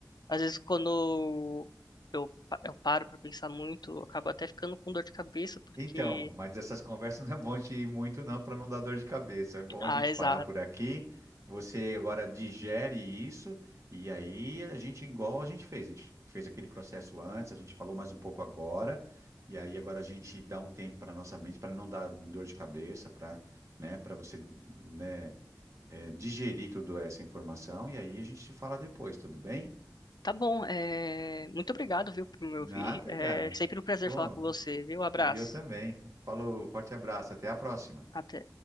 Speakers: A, on the left; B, on the right.
A: às vezes quando eu, pa- eu paro para pensar muito, eu acabo até ficando com dor de cabeça porque,
B: Então, mas essas conversas <laughs> não é bom te ir muito, não, para não dar dor de cabeça. É bom
A: ah,
B: a gente
A: exato.
B: parar por aqui. Você agora digere isso, e aí a gente, igual a gente fez, a gente fez aquele processo antes, a gente falou mais um pouco agora, e aí agora a gente dá um tempo para nossa mente, para não dar dor de cabeça, para, né, para você, né, eh, digerir toda essa informação, e aí a gente se fala depois, tudo bem?
A: Tá bom, é, muito obrigado, viu, por me ouvir.
B: Nada,
A: É
B: cara.
A: sempre um prazer
B: Pô,
A: falar com você, viu? Abraço.
B: e eu também. Falou, forte abraço, até a próxima.
A: Até.